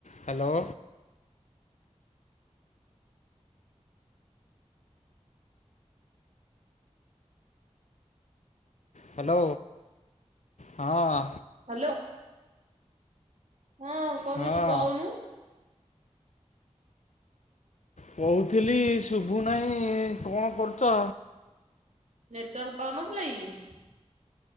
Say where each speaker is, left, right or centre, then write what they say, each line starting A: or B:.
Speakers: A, on the left (about 85°); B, on the right (about 80°).
A: Hello. Hello ହଁ।
B: Hello. ହଁ କଣ
A: ହଁ
B: କିଛି କହୁନୁ?
A: କହୁଥିଲି ଶୁଭୁନାଇଁ, କଣ କରୁଚ?
B: ନେଟୱାର୍କ ପାଉନଥିଲା କି?